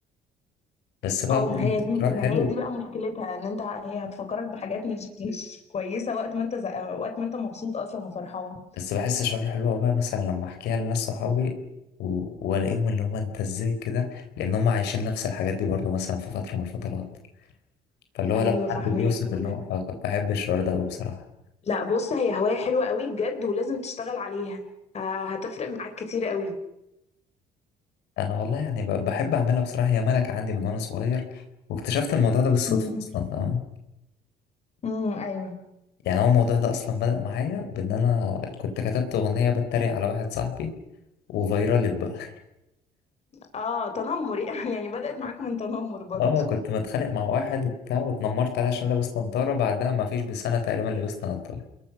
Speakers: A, on the left (about 80°); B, on the left (about 40°).
A: بس بقى
B: اه
A: برضه
B: ما هي دي ما
A: شعور حلو
B: هي دي بقى مشكلتها ان انت هي هتفكرك بحاجات مش مش كويسه وقت ما انت زق- وقت ما انت مبسوط اصلا وفرحان
A: بس بحس شعور حلو أوي بقى مثلا لما احكيها لناس صحابي و... والاقيهم اللي هم انت ازاي كده لان هم عايشين نفس الحاجات دي برضه مثلا في فتره من الفترات فاللي هو
B: ايوه
A: لما
B: فاهماك
A: حد بيوصف
B: تمام
A: اللي هو فكنت بحب الشعور ده قوي بصراحه
B: لا بص هي هوايه حلوه قوي بجد ولازم تشتغل عليها ه- هتفرق معاك كتير قوي
A: انا والله يعني ب... بحب اعملها بصراحه هي ملكه عندي من وانا صغير واكتشفت الموضوع ده بالصدفه
B: امم
A: اصلا فاهم
B: امم ايوه
A: يعني هو الموضوع ده اصلا بدأ معايا بان انا كنت كتبت اغنيه بتريق على واحد صاحبي وفيرالت بقى
B: اه تنمر <laughs> يعني يعني بدأت معاك من تنمر برضه
A: اه كنت متخانق مع واحد وبتاع واتنمرت عليه عشان لابس نظارة بعدها ما فيش بسنة تقريبا لبست نظارة